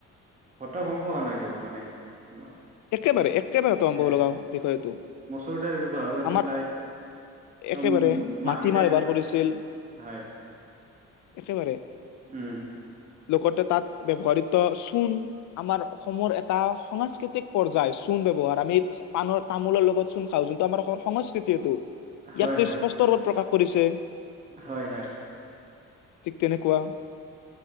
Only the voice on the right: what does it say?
হৈ যাব মানে। তোমাৰ।
এ
মচুৰ দাইল ব্যৱহাৰ কৰিছিল
লাই
উম মাটি
দাইল
হয়
উম।
হয়
হয়
হয় - হয়।